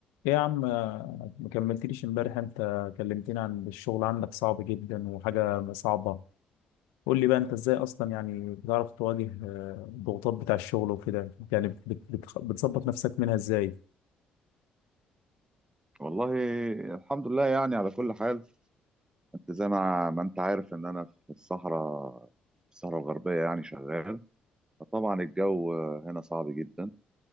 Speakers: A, on the left (about 85°); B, on the right (about 20°).
A: ايه يا عم ما كملتليش امبارح انت كلمتني عن الشغل عندك صعب جدا وحاجة صعبة قول لي بقى انت ازاي اصلا يعني بتعرف تواجه آه، الضغوطات بتاع الشغل وكده يعني بت- بت- بت- بتظبط نفسك منها ازاي
B: والله الحمد لله يعني على كل حال انت زي ما ما انت عارف ان انا في الصحراء في الصحراء الغربية يعني شغال فطبعا الجو هنا صعب جدا